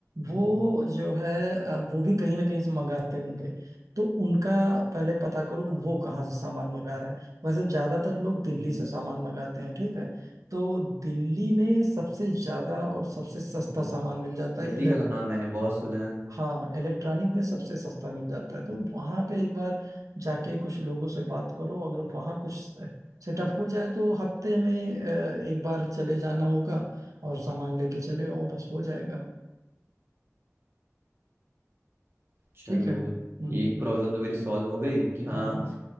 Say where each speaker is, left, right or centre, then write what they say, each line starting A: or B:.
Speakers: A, on the right (about 80°); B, on the right (about 45°).
A: वो
B: हम्म,
A: जो है अ, वो भी कहीं ना कहीं से मंगाते होंगे तो उनका पहले पता करो कि वो कहाँ से सामान मंगा रहे हैं वैसे ज्यादातर लोग दिल्ली
B: हम्म,
A: से सामान मंगाते हैं ठीक है तो दिल्ली में सबसे ज्यादा और सबसे
B: हम्म।
A: सस्ता सामान मिल जाता
B: दिल्ली
A: है
B: का तो नाम मैंने बहुत सुना है
A: हाँ इलेक्ट्रॉनिक में सबसे सस्ता मिल जाता है तो वहां पे एक बार जाके कुछ लोगों से बात करो अगर वहां कुछ सेटअप हो जाए तो हफ्ते में अ, एक बार चले जाना होगा और सामान लेके चले और बस हो जाएगा
B: चलो
A: ठीक है हम्म
B: एक प्रॉब्लम तो मेरी सॉल्व हो गई कि हाँ
A: हाँ हाँ